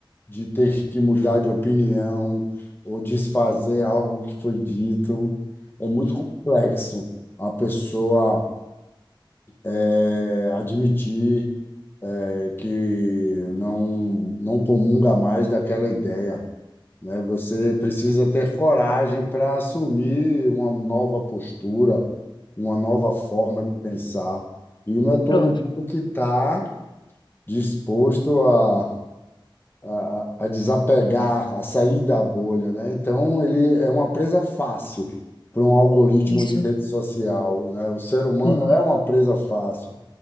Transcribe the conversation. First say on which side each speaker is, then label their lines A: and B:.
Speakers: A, on the left; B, on the left.
A: de ter que mudar de opinião ou desfazer algo que foi dito. É muito complexo a pessoa eh, admitir eh, que não não comunga mais daquela ideia né? Você precisa ter coragem para assumir uma nova postura, uma nova forma de pensar. E não é todo
B: Pronto,
A: mundo que está disposto a, a, a desapegar, a sair da bolha, né? Então, ele é uma presa fácil para um algoritmo
B: isso.
A: de rede social, né? O ser humano
B: E-
A: é uma presa fácil.